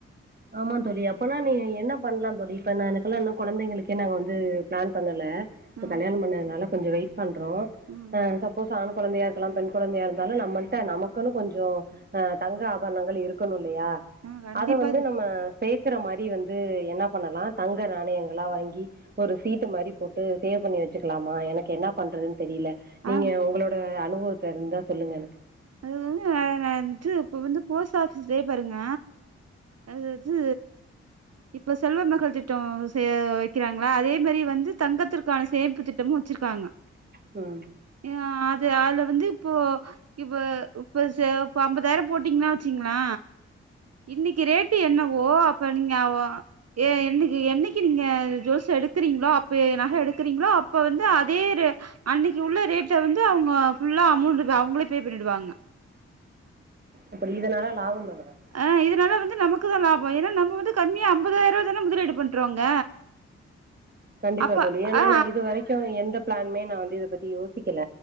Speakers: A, on the right (about 35°); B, on the right (about 60°).
A: ஆமா தோழி அப்பனா நீ என்ன பண்லா தோழி இப்ப நா எனக்கெல்லா இன்னு குழந்தைங்களுக்கே நாங் வந்து பிளான் பண்ணல இப்ப
B: ம்
A: கல்யாணம் பண்ணதுனால கொஞ்ச வெயிட் பண்றோ
B: ம்
A: ஆ சப்போஸ் ஆண் கொழந்தையா இருக்கலா பெண் கொழந்தையா இருந்தாலு நம்மள்ட நமக்குன் கொஞ்சோ ஆ தங்க ஆபரணங்கள் இருக்கணு இல்லையா
B: ஆ கண்டிப்பா
A: அத வந்து
B: அது
A: நம்ம சேக்குற மாரி வந்து என்ன பண்ணலா தங்க நாணயங்களா வாங்கி ஒரு சீட்டு மாரி போட்டு சேவ் பண்ணி வச்சுக்கலாமா எனக்கு என்ன பண்றதுன் தெரியல
B: ஆ
A: நீங்க உங்களோட அனுபவத்த இருந்தா சொல்லுங்க எனக்கு
B: அது நான் வந்துட்டு இப்ப வந்து போஸ்ட் ஆபிஸ்லயே பாருங்க அதாவது இப்ப செல்வமகள் திட்ட சே வைக்கிறாங்களா அதே மாரி வந்து தங்கத்திற்கான சேமிப்பு திட்டமு வச்சிருக்காங்க
A: ம்
B: அ அது அதுல வந்து இப்போ இப்ப இப்ப இப்ப அம்பதாயிர போட்டீங்கன்னா வச்சீங்களே இன்னைக்கு ரேட்டு என்னவோ இப்ப நீங்க எ என்னைக்கு என்னைக்கு நீங்க ஜூவல்சு எடுக்கிறீங்களோ இப்ப நக எடுக்கிறீங்களோ அப்ப வந்து அதே ரே அன்னைக்கு உள்ள ரேட்ட வந்து அவுங்க புல்லா அமௌண்ட் அவுங்களே பே பண்ணிடுவாங்க
A: அப்டி இதனல்லா லாபமா மேடம்
B: ஆ இதனால வந்து நமக்கு தா லாப ஏன்னா நம்ம வந்து கம்மியா அம்பதாயிர ரூபா தானே முதலீடு பண்றோங்க
A: கண்டிப்பா
B: அப்ப
A: தோழி ஏன்னா
B: ஆ
A: நா இதுவரைக் கு எந்த பிளானுமே நா வந்து இத பத்தி யோசிக்கல